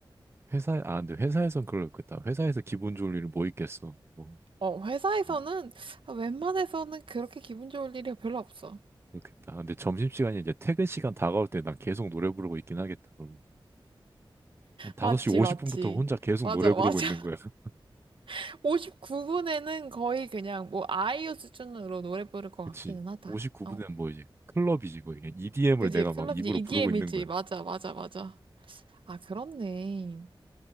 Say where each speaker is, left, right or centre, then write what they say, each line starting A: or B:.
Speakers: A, on the right (about 30°); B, on the right (about 70°).
A: 회사, 아, 근데 회사에선 그렇겠다. 회사에서 기분 좋을 일이 뭐 있겠어. 어,
B: 어, 회사에서는
A: 어,
B: 웬만해서는 그렇게 기분 좋을 일이 별로 없어.
A: 그렇겠다. 근데 점심시간이 이제 퇴근 시간 다가올 때 난 계속 노래 부르고 있긴 하겠다. 그럼. 한 5시
B: 맞지,
A: 50분부터
B: 맞지.
A: 혼자 계속
B: 맞아,
A: 노래 부르고
B: 맞아.
A: 있는 거야. <laughs>
B: <laughs> 59분에는 거의 그냥 뭐 아이유 수준으로 노래 부를 것
A: 그치.
B: 같기는 하다.
A: 59분은
B: 어.
A: 뭐 이제 클럽이지, 거의. EDM을
B: 그지?
A: 내가
B: 클럽이지,
A: 막 입으로
B: EDM이지.
A: 부르고 있는 거야.
B: 맞아, 맞아, 맞아. 아, 그렇네.